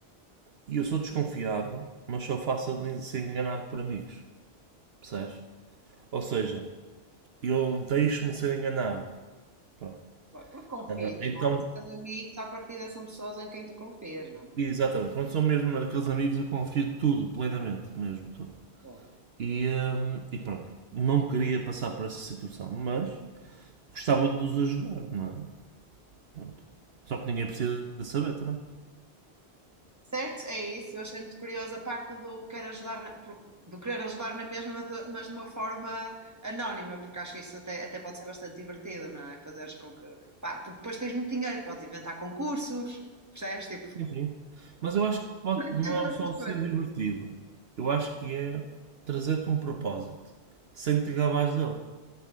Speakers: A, on the right; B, on the right.
A: e eu sou desconfiado, mas sou fácil de ser enganado por amigos, percebes? Ou seja, eu deixo-me ser enganado. Pronto.
B: Porque confias,
A: Ah, Então,
B: não é? São amigos, à partida são pessoas em quem tu confias, não
A: exatamente, quando sou mesmo daqueles amigos, eu confio tudo, plenamente, mesmo tudo.
B: é?
A: E, hum, e pronto, não queria passar por essa situação, mas gostava de os ajudar, não é? Pronto. Só que ninguém precisa de saber também.
B: Certo? É isso. Eu achei muito curioso a parte do querer ajudar, na- por- do querer ajudar na mesma, mas de mas de uma forma anónima, porque acho isso até, até pode ser bastante divertido, não é? Fazeres com que. Pá, porque depois tens muito dinheiro, e podes inventar concursos, percebes? Tipo,
A: Enfim. Mas eu acho que pode-
B: perder
A: não
B: tempo
A: é
B: com essas
A: só
B: coisas.
A: ser divertido. Eu acho que é trazer-te um propósito, sem te gabares dele.